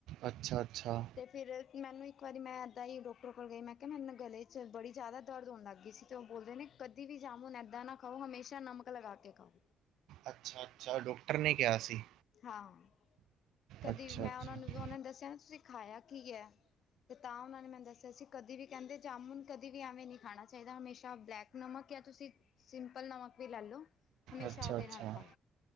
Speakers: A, on the right (about 85°); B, on the left (about 60°).
A: ਅੱਛਾ-ਅੱਛਾ।
B: ਤੇ ਫਿਰ ਮੈਨੂੰ ਇੱਕ ਵਾਰੀ ਮੈਂ ਐਦਾਂ ਈਂ ਡੋਕਟਰ ਕੋਲ ਗਈ, ਮੈਂ ਕੇਆ ਮੈਨੂੰ ਗਲੇ ਚ ਬੜੀ ਜਾਦਾ ਦਰਦ ਹੋਨ ਲੱਗ ਗੀ ਸੀ। ਤੇ ਓ ਬੋਲਦੇ ਨੇ ਕਦੇ ਵੀ ਜਾਮੁਨ ਐਦਾਂ ਨਾ ਖਾਓ, ਹਮੇਸ਼ਾ ਨਮਕ ਲਗਾ ਕੇ ਖਾਓ।
A: ਅੱਛਾ-ਅੱਛਾ ਡੋਕਟਰ ਨੇ ਕੇਆ ਸੀ।
B: ਹਾਂ, ਕਦੀ
A: ਅੱਛਾ-ਅੱਛਾ
B: ਮੈਂ ਓਨਾਂ ਨੂੰ, ਓਨਾਂ ਦੱਸੇਆ ਤੁਸੀ ਖਾਏਆ ਕੀ ਐ ਤੇ ਤਾਂ ਓਨਾਂ ਨੇ ਮੈਨੂੰ ਦੱਸੇਆ ਸੀ, ਕਦੇ ਵੀ ਕੈਂਦੇ ਜਾਮੁਨ ਕਦੀ ਵੀ ਐਵੇਂ ਨੀ ਖਾਨਾ ਚਾਈਦਾ, ਹਮੇਸ਼ਾ ਬਲੈਕ ਨਮਕ ਯਾ ਤੁਸੀਂ ਸਿੰਪਲ ਨਮਕ ਵੀ ਲੈ ਲੋ, ਹਮੇਸ਼ਾ
A: ਅੱਛਾ-ਅੱਛਾ
B: ਓਦੇ ਨਾਲ ਖਾਓ।